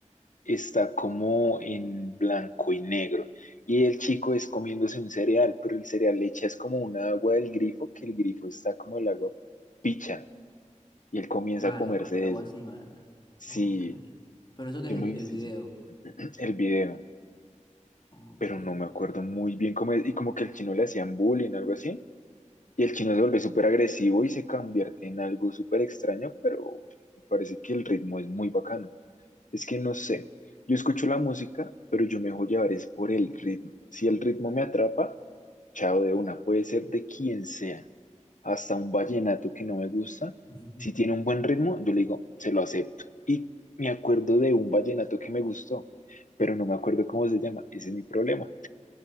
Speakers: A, on the left; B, on the left.
A: está como en blanco y negro. Y el chico es comiéndose un cereal, pero el cereal le echas como un agua del grifo, que el grifo está como el agua picha. Y él comienza
B: Mala,
A: a comerse
B: como el agua
A: eso.
B: así, mala.
A: Sí,
B: Ok. Pero eso que
A: yo
B: es
A: me
B: el,
A: viste
B: el video.
A: el video,
B: Ok.
A: pero no me acuerdo muy bien cómo es. Y como que el chino le hacían bullying, algo así. Y el chino se vuelve súper agresivo y se convierte en algo súper extraño, pero me parece que el ritmo es muy bacano. Es que no sé, yo escucho la música, pero yo me dejo llevar es por el ritmo. Si el ritmo me atrapa, chao de una, puede ser de quien sea, hasta un vallenato que no me gusta.
B: <laughs>
A: Si tiene un buen ritmo, yo le digo, se lo acepto. Y me acuerdo de un vallenato que me gustó, pero no me acuerdo cómo se llama, ese es mi problema.